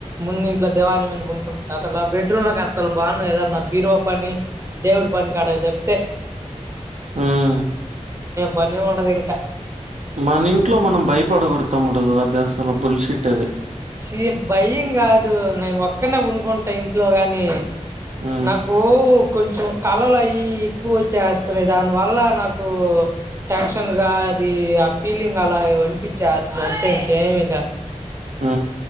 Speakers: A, on the right; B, on the right.
A: ముందు ఇంట్లో దేవాన్ మీద పనుకుంట అలా బెడ్రూమ్ లోకి అసలు పోను కథ అన్నా బీరువా పని దేవుడు పనీ కటకు తప్తే
B: మ్మ్
A: పని ఉండదు ఇంకా
B: మన ఇంట్లో మనం భయపడకూడతాముడు అది అసలు బుల్షిట్ అది
A: చి భయం కాదు నేను ఒక్కనే పనుకుంటా ఇంట్లో గాని
B: ఆ
A: నాకు కొంచెం కళలు అయి ఎక్కువ వచ్చేస్తున్నాయి దాని వల్ల నాకు టెన్షన్ గా అది ఆ ఫీలింగ్ అలా అనిపించేస్తుంది అంతే ఇంకేమీ లా
B: మ్మ్